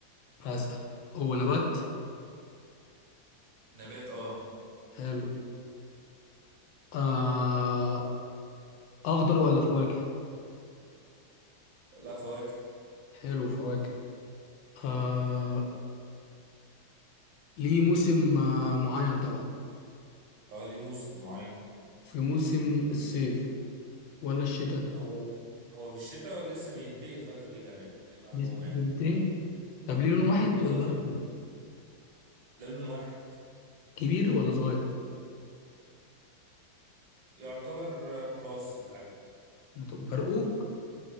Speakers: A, on the left (about 75°); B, on the right (about 75°).
A: هسأل هو نبات
B: نبات اه
A: حلو آه... اخضر ولا فواكه
B: لا فواكه
A: حلو فواكه آه... ليه موسم آه معين طبعا
B: اه ليه موسم معين
A: في موسم الصيف ولا الشتاء
B: هو هو في الشتاء لسه بينتهي الفترة دي كمان دي معلومة
A: لسه
B: مهمة
A: بينتهي طب ليه لون واحد
B: الفترة
A: ولا اكتر
B: دي لا لون واحد
A: كبير ولا صغير
B: يعتبر متوسط الحجم
A: طب برقوق